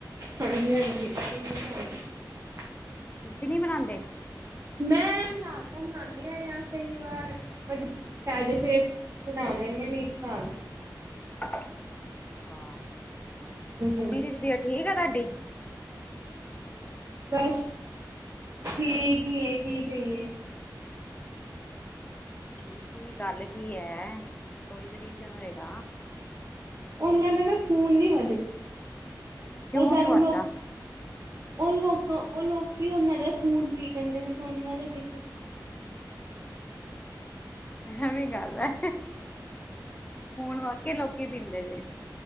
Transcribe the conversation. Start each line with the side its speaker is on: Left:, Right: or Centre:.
Right: ਹਾਂਜੀ ਹਾਂਜੀ, ਉਨੀ, ਵੀ ਹੈਗੀ ਐਂ।
Left: ਤੁਸੀਂ ਨੀ ਬਣਾਉਂਦੇ?
Right: ਮੈਂ ਬਣਾਉਂਦੀ ਆ ਜਾਂ ਕਈ ਵਾਰ ਮਜਬੂਰੀ ਪੈ ਜੇ ਫਿਰ। ਦਗ ਵਟ ਆ <unintelligible> <inaudible>
Left: ਅੱਛਾ, ਮੰਮੀ
Right: ਹਾਂਜੀ
Left: ਦੀ ਤਬੀਅਤ ਠੀਕ ਆ ਤੁਹਾਡੀ?
Right: ਬਸ ਠੀਕ ਹੀ ਹੈ। ਕੀ ਕਹੀਏ?
Left: ਨਹੀਂ ਕੀ ਗੱਲ ਕੀ ਹੈ। ਕੋਈ ਤੇ ਰੀਜ਼ਨ ਹੋਏਗਾ?
Right: ਉਹਨਾਂ ਦਾ ਨਾ ਖੂਨ ਨੀ ਵਧਦਾ।
Left: ਕਿਉਂ
Right: ਉਹ ਜਦ
Left: ਨੀ ਵੱਧਦਾ
Right: ਲੋਕ ਉਹ ਲੋਕ, ਉਹ ਲੋਕੀ, ਉਹਨਾਂ ਦਾ ਖੂਨ ਪੀ ਜਾਂਦੇ ਨੇ। ਤੇ ਉਹਨਾਂ ਦਾ ਕਿਥੋ
Left: ਐਵੇਂ ਗੱਲ ਹੈ। ਖੂਨ ਵਾਕਈ ਲੋਕੀ ਪੀਂਦੇ ਨੇ।